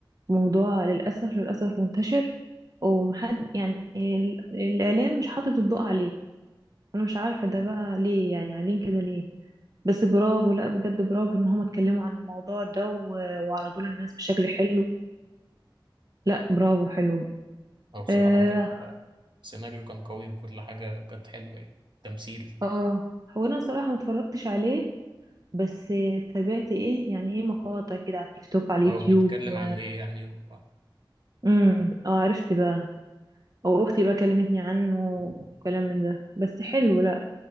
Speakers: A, on the right; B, on the right.
A: موضوع للاسف للاسف منتشر ومحد يعني ال- الاعلام مش حاطط الضوء عليه انا مش عارفه ده بقى ليه يعني عاملين كده ليه بس برافو لا بجد برافو ان هم اتكلموا عن الموضوع ده و- وعرضوه للناس بشكل حلو لا برافو حلو
B: أو بصراحة
A: اه,
B: كان آه، السيناريو كان قوي وكل حاجة كانت حلوة يعني تمثيل
A: آه. هو انا صراحه ما اتفرجتش عليه بس تابعت ايه يعني ايه مقاطع كده على التيك توك على اليوتيوب
B: هو بيتكلم
A: و...
B: عن إيه يعني و-
A: امم اه عرفت بقى او اختي بقى كلمتني عنه وكلام من ده بس حلو لا